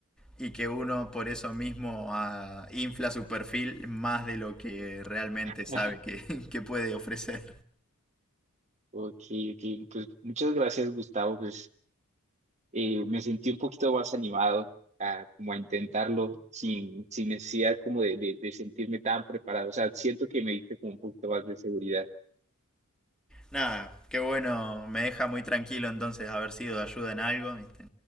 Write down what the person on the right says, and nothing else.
<laughs>
Ok, ok, pues muchas gracias, Gustavo. Pues eh, me sentí un poquito más animado a, como a intentarlo sin, sin necesidad como de, de, de sentirme tan preparado. O sea, siento que me diste como un poquito más de seguridad.